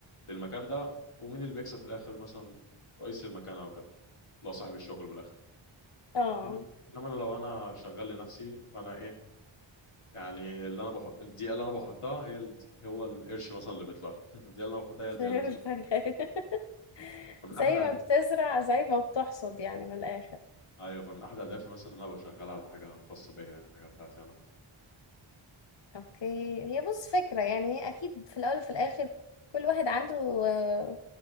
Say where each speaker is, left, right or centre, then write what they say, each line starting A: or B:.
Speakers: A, on the left; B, on the left.
A: للمكان ده ومين اللي بيكسب في الاخر مثلا رئيس المكان او كده لو صاحب الشغل من الاخر
B: اه
A: انما انا لو انا شغال لنفسي فانا ايه يعني اللي انا بحط الدقيقه اللي انا بحطها هي الد... هو القرش مثلا اللي بيطلع لي. <laughs> الدقيقه اللي انا بحطها هي
B: فهمتك
A: الدقيقه اللي
B: <laughs>
A: فمن
B: زي
A: احد أهد...
B: ما بتزرع زي ما بتحصد يعني من الاخر
A: ايوه فمن احد اهدافي مثلا ان انا ابقى شغال على حاجه خاصه بيا يعني حاجه بتاعتي انا
B: اوكي هي بص فكره يعني هي اكيد في الاول وفي الاخر كل واحد عنده آه،